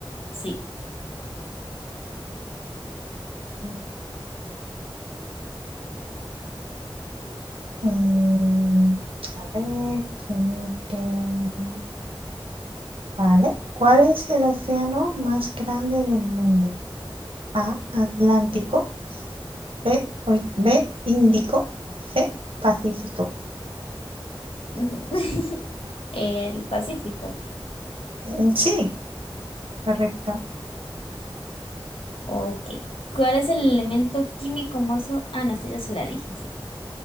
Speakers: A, on the left; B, on the right.
A: Sí.
B: Mm, mm, mm. a ver, que mire. Vale, ¿cuál es el océano más grande del mundo? A, Atlántico, B, uy, B, Índico, C, Pacífico.
A: Mm, <laughs> El Pacífico.
B: Mm, Sí, correcto.
A: Ok. ¿Cuál es el elemento químico más... o- Ah, no, esta ya se la dije, sí.